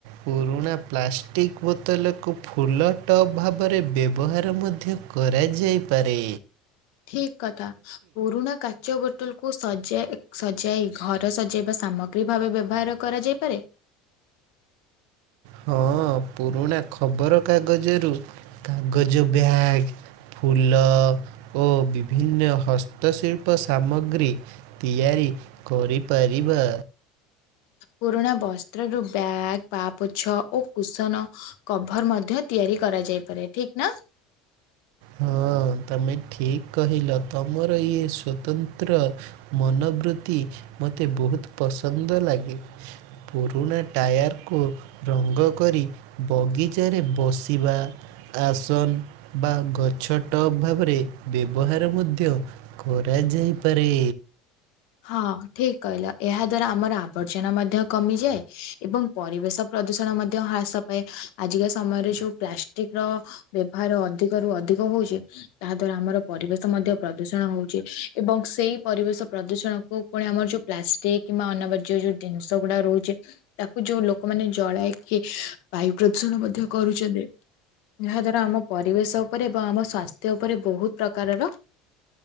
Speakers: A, on the right; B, on the left.
A: ପୁରୁଣା ପ୍ଲାଷ୍ଟିକ୍ ବୋତଲକୁ ଫୁଲ ଟପ୍ ଭାବରେ ବ୍ୟବହାର ମଧ୍ୟ କରାଯାଇ ପାରେ।
B: ଠିକ କଥା ପୁରୁଣା କା ଚୋ ବୋଟଲକୁ ସଜା ସଜାଇ ଘର ସଜାଇବା ସାମଗ୍ରୀ ଭାବେ ବ୍ୟବହାର କରାଯାଇପାରେ?
A: ହଁ ପୁରୁଣା ଖବରକାଗଜରୁ କାଗଜ ବ୍ୟାଗ୍। ଫୁଲ ଓ ବିଭିନ୍ନ ହସ୍ତଶିଳ୍ପ ସାମଗ୍ରୀ ତିଆରି କରି ପାରିବା।
B: ପୁରୁଣା ବସ୍ତ୍ର ରୁ ବ୍ୟାଗ ପା ପୋଛ ଓ କୁସନ କଭର ମଧ୍ୟ ତିଆରି କରାଯାଇପାରେ ଠିକ୍ ନା?
A: ହଁ ତମେ ଠିକ କହିଲ ତମର ଇଏ ସ୍ଵତନ୍ତ୍ର ମନୋବୃତ୍ତି ମୋତେ ବହୁତ ପସନ୍ଦ ଲାଗେ। ପୁରୁଣା ଟାୟାରକୁ ରଙ୍ଗ କରି ବଗିଚାରେ ବସିବା ଆସନ ବା ଗ ଗଛ ଟପ୍ ଭାବରେ ବ୍ୟବହାର ମଧ୍ୟ କରାଯାଇପାରେ।
B: ହଁ ଠିକ କହିଲ ଏହା ଦ୍ଵାରା ଆମର ଆବର୍ଜନା ମଧ୍ୟ କମିଯାଏ ଏବଂ ପରିବେଶ ପ୍ରଦୂଷଣ ମଧ୍ୟ ହ୍ରାସ ପାଏ ଆଜିକା ସମୟରେ ଯୋଉ ପ୍ଲାଷ୍ଟିକ ର ବ୍ୟବହାର ଅଧିକରୁୁ ଅଧିକ ହଉଚି ତାହା ଦ୍ଵାରା ଆମର ପରିବେଶ ମଧ୍ୟ ପ୍ରଦୂଷଣ ହଉଚି ଏବଂ ସେଇ ପରିବେଶ ପ୍ରଦୂ ଜଣଙ୍କୁ ପୁଣି ଆମର ଯୋଉ ପ୍ଲାଷ୍ଟିକ କିମ୍ବା ଅନାବାଜ୍ୟ ଯୋଉ ଜିନିଷ ଗୁଡା ରହୁଚି। ତାକୁ ଯୋଉ ଲୋକମାନେ ଜଳାଇକି ବାୟୁ ପ୍ରଦୂଷଣ ମଧ୍ୟ କରୁଚନ୍ତି। ଯାହା ଦ୍ଵାରା ଆମ ପରିବେଶ ଉପରେ ବା ଆମ ସ୍ଵାସ୍ଥ୍ୟ ଉପରେ ବହୁତ ପ୍ରକାରର